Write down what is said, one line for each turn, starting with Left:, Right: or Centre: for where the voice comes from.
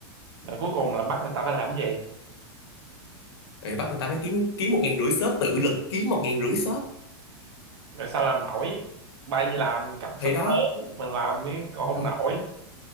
Right: Rồi cuối cùng là bắt người ta phải làm cái gì?
Left: Ê, bắt người ta phải kiếm kiếm một ngàn rưỡi shop tự lực kiếm một ngàn rưỡi shop
Right: Rồi sao làm nổi? Bay làm cầm súp
Left: thì đó
Right: lớn, mà làm cái còn không
Left: Không-
Right: nổi. <laughs>